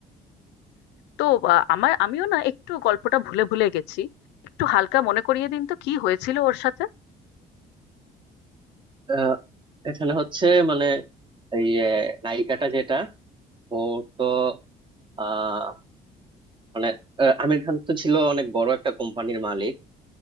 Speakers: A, on the left (about 85°); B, on the right (about 30°).
A: তো আহ, আমার আমিও না একটু গল্পটা ভুলে ভুলে গেছি একটু হালকা মনে করিয়ে দিন তো কি হয়েছিল ওর সাথে
B: আহ, এখানে হচ্ছে মানে এই যে নায়িকাটা যেটা ও তো আহ মানে আহ, আমির খান তো ছিল অনেক বড় একটা কোম্পানির মালিক